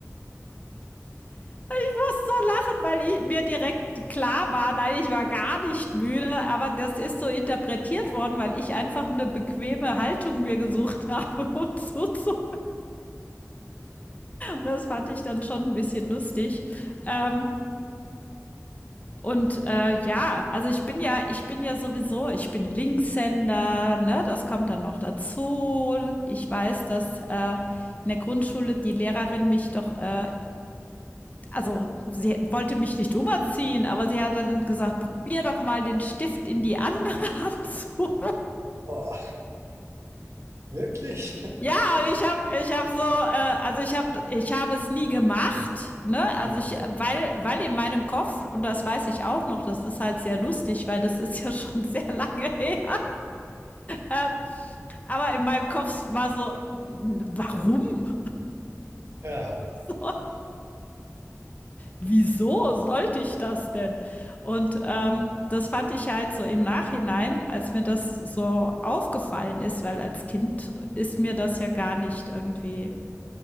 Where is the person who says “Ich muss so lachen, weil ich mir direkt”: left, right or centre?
Left